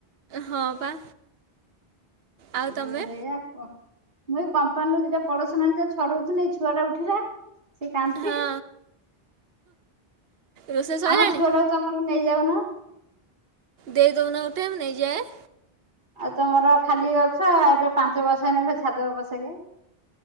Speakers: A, on the right; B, on the right.
A: ହଁ ପା।
B: <unintelligible>
A: ଆଉ ତମେ
B: ସେ କାନ୍ଦଚି,
A: ହଁ ରୋଷେଇ ସଇଲାଣି
B: ଆମଛୁଆଟା କୁ ତମର ନେଇଯାଉ ନ।
A: ଦେଇ ଦୌନ ଗୋଟେ ମୁଁ ନେଇଯାଏ।
B: ଆଉ ତମର ଖାଲି ଅଛ ଏବେ ପାଞ୍ଚ ବର୍ଷ ହେନେ ଫେର୍ ଛାଦବ ପଛକେ।